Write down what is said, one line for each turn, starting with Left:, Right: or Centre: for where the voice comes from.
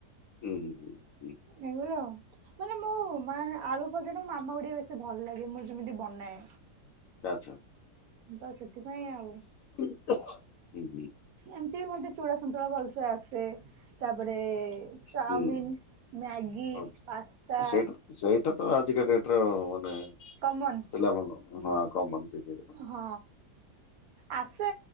Left: ହୁଁ ହୁଁ ହୁଁ। ହୁଁ
Right: ଏଇଭଳିଆ ଆଉ। ମାନେ ମୋ ମା ଆଳୁ ଭଜାଟା ମୋ ମାମାକୁ ଟିକେ ବେଶୀ ଭଲ ଲାଗେ, ମୁଁ ଯେମିତି ବନାଏ।
Left: ଆଚ୍ଛା।
Right: ତ ସେଥିପାଇଁ ଆଉ।
Left: ହୁଁ ହୁଁ
Right: ଏମିତି ବି ମତେ ଚୁଡ଼ା ସନ୍ତୁଳା ଭଲସେ ଆସେ। ତାପରେ ଚାଓମିନ,
Left: ହୁଁ
Right: ମ୍ୟାଗି,
Left: ଆଚ୍ଛା।
Right: ପାସ୍ତା
Left: ଆଉ ସେଇଟା ସେଇଟା ତ ଆଜିକା ଡେଟର ମାନେ
Right: କମନ
Left: ପିଲାମାନେ ହଁ କମନ୍ ସେଇ ସେଇଟା।
Right: ହଁ ଆସେ,